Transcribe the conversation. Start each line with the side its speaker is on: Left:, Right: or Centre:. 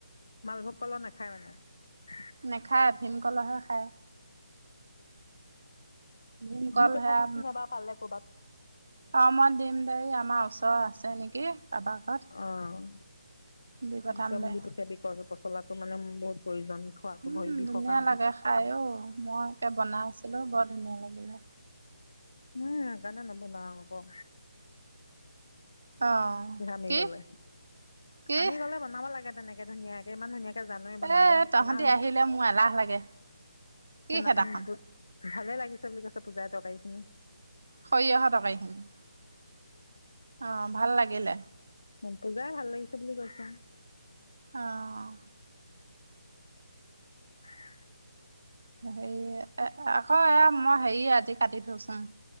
Left: মালভোগ কলৰ নাখায় মানে
Right: নেখায় ভীমকলৰহে খায় । ভীমকল
Left: দি পঠাবিচোন
Right: হেয়া
Left: এবাৰ পালে ক'ৰবাত
Right: অ মই দিম দে আমাৰ ওচৰত আছে আছে নেকি আপা ঘৰত
Left: অঁ
Right: দি পঠাম
Left: একদম
Right: দে।
Left: দি পিঠাবি কলৰ পছলা ত মানে বহুত প্ৰয়োজন খোৱাটো ভৰি
Right: উম
Left: বিষৰ
Right: ধুনীয়া
Left: কাৰণে
Right: লাগে খাইঅ মই একে বনাই আছিলো বৰ ধুনীয়া লাগিলে
Left: উম সেই কাৰণে ল'ব নোৱাৰো ক
Right: অ',
Left: আমি
Right: কি
Left: গলে
Right: কি
Left: আমি গলে বনাব লাগে তেনেকে ধুনীয়াকে ইমান ধুনীয়াকে জানোৱেই বনাব
Right: এ তহঁতি
Left: সেইদিনাখন
Right: আহিলে মোৰ এলাহ লাগে। কি
Left: সেইদিনাখন
Right: খেদাখন
Left: ভালে লাগিছে বুলি কৈছে জা তৰকাৰীখিনি
Right: সৰিয়হৰ তৰকাৰি খিনি অ ভাল লাগিলে
Left: মনটো যায় ভাল লাগিছে বুলি কৈছে
Right: আহ
Left: <inaudible>
Right: সেইযে আকৌ এ মই হেৰি আজি কাটি থৈচোন